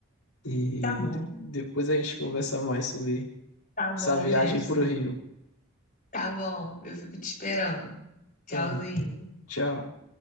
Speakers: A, on the left; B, on the left.
A: e
B: Tá bom,
A: de- depois a gente conversa mais sobre
B: tá bom,
A: essa viagem
B: Jefferson.
A: pro Rio.
B: Tá bom, eu fico te esperando. Tchauzinho.
A: Tá, tchau.